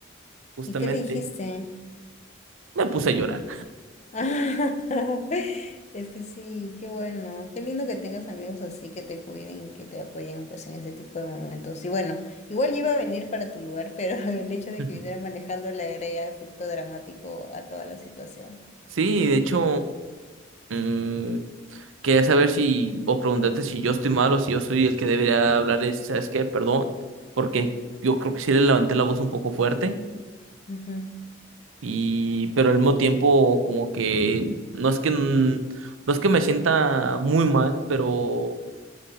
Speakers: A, on the right; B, on the left.
A: Justamente
B: ¿Y qué le dijiste?
A: me puse a llorar.
B: <laughs> Es que sí, qué bueno, qué lindo que tengas amigos así que te cuiden, que te apoyen pues en ese tipo de momentos. Y bueno, igual yo iba a venir para tu lugar, pero <laughs> el hecho de
A: <laughs>
B: que viniera manejando le agrega efecto dramático a toda la situación.
A: Sí, de hecho, mm, quería saber si, o preguntarte si yo estoy mal o si yo soy el que debería hablarles, ¿sabes qué? Perdón, porque yo creo que sí le levanté la voz un poco fuerte,
B: Ujú,
A: y, pero al mismo tiempo como que no es que, n- no es que me sienta muy mal, pero